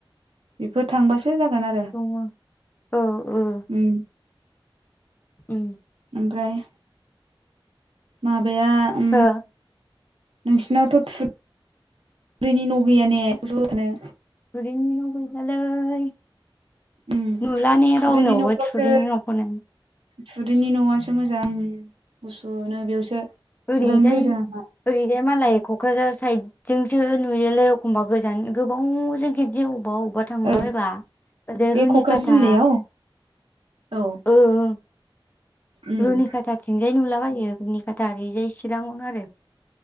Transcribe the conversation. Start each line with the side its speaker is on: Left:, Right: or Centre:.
Right: बेफोर थांबासो जागोन आरो।
Left: दङ औ औ।
Right: उम।
Left: उम।
Right: ओमफ्राय? माबाया ओ।
Left: हो
Right: नोंसिनावथ' थु रिनि न' गैया ने ज' थानो।
Left: थुरिनि न' गैयालै
Right: उम
Left: नुला ने
Right: थुरिनि
Left: रावनावबो
Right: न'फ्रावसो
Left: थुरिनि नखौनो।
Right: थुरिनि न'आसो मोजां गुसुनो बेयावसो।
Left: ओरैजाय
Right: जिरायनो लुबैदों आंहा
Left: ओरैजाय मालाय क'क्राझार साइद। - जोंसो नुयोलै एखमबा गोजान गोबावजों खेबसे अबबा -अबबा थांला
Right: औ
Left: बायबा ओरैजाय
Right: बे
Left: रुनिखाता
Right: क'क्राझार जिल्लायाव औ
Left: ओ ओ
Right: उम
Left: रुनिखाता थिंजाय नुलाबायो रुनिखाता ओरैजाय चिराङावनो आरो।